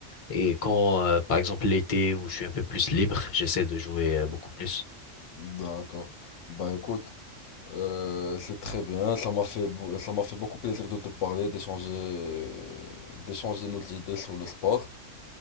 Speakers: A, on the left; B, on the left.
A: et quand euh, par exemple l'été où je suis un peu plus libre, j'essaie de jouer euh, beaucoup plus.
B: D'accord. Bah écoute. Euh, c'est très bien, ça m'a fait, beau- ça m'a fait beaucoup plaisir de te parler, d'échanger, d'échanger nos idées sur le sport.